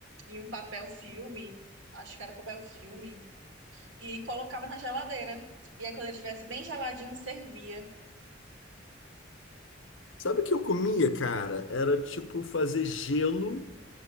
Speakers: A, on the right (about 70°); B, on the left (about 80°).
A: em um papel filme, acho que era papel filme, e colocava na geladeira. E aí, quando ele estivesse bem geladinho, servia.
B: Sabe o que eu comia, cara? Era tipo fazer gelo